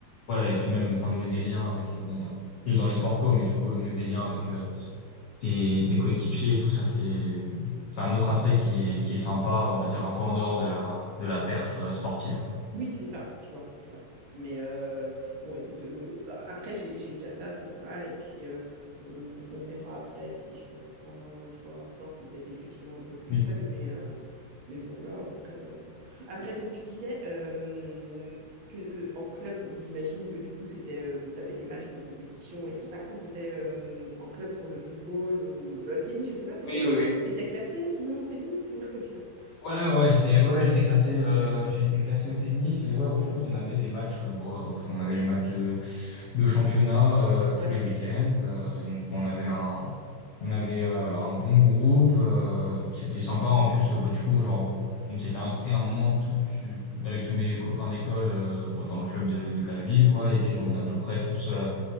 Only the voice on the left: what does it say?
Ouais, et puis même, enfin, nouer des liens avec, euh, bon, euh, plus dans les sports co, mais du coup, euh, nouer des liens avec euh, tes, tes coéquipiers et tout, ça, c'est, c'est un autre aspect qui est, qui est sympa, on va dire, un peu en dehors de la, de la perf euh, sportive, quoi.
Oui.
Oui,
oui, oui.
Ouais, ouais, ouais, j'étais ouais, ouais, j'étais classé, euh, j'ai été classé au tennis et ouais, au foot, on avait des matchs, euh, bon, au foot, on avait les matchs de, de championnat euh,
tous les week-ends. euh, et donc, bon, on avait un, on avait euh, un bon groupe. euh, c'était sympa. En plus, euh, bah, du coup, genre, on s'était inscrit à un moment tout, avec tous mes copains d'école euh, bon, dans le club de, de la ville, quoi. Et puis,
on est à peu près tous. euh,